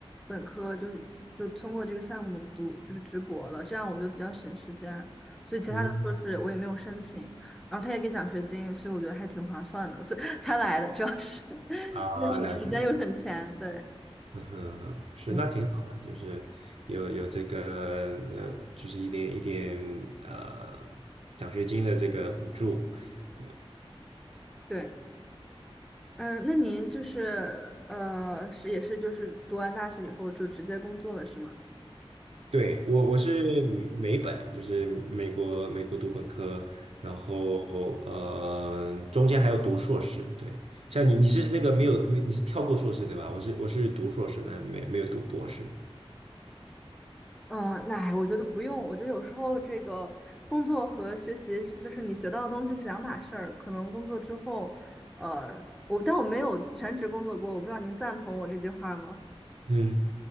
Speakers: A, in the centre; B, on the right (about 85°).
A: 本科就是就通过这个项目读就是直博了，这样我就比较省时间，所以其他的硕士我也没有申请，
B: 嗯，
A: 然后他也给奖学金，所以我觉得还挺划算的，所以 <laughs> 才来的，主要是 <laughs>
B: 啊，
A: 又省时间又省钱，
B: 了解了
A: 对 <laughs>。
B: 嗯哼，是那挺好的，
A: 嗯，
B: 就是有有这个呃，就是一点一点呃奖学金的这个补助，对。
A: 对，嗯，那您就是呃，是也是就是读完大学以后就直接工作了是吗？
B: 对，我我是美本，就是美国美国读本科，然后呃中间还有读硕士。对，像你你是那个没有你你是跳过硕士对吧？我是我是读硕士但没没有读博士。
A: 嗯，那哎我觉得不用。我觉得有时候这个工作和学习是，就是你学到的东西是两码事儿。可能工作之后，呃，我但我没有全职工作过，我不知道您赞同我这句话吗？
B: 嗯。